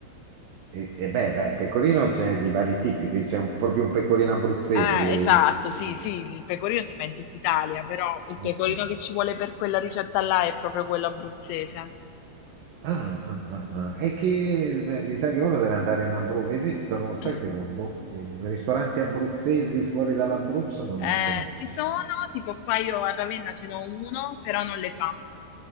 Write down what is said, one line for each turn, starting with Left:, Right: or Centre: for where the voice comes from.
Right: e, e beh, beh, pecorino c'è di vari tipi, qui c'è un- proprio un pecorino abruzzese.
Left: Eh, esatto, sì, sì, il pecorino si fa in tutta Italia, però il pecorino
Right: Ok.
Left: che ci vuole per quella ricetta là è proprio quello abruzzese.
Right: Ah, ah, ah, ah. E che eh, mi sa che uno deve andare in Abruzzo, esistono, sai
Left: <laughs>
Right: che non- boh, eh, ristoranti abruzzesi fuori dall'Abruzzo non
Left: Eh,
Right: ne conosco.
Left: ci sono, tipo qua io a Ravenna ce n'ho uno, però non le fa.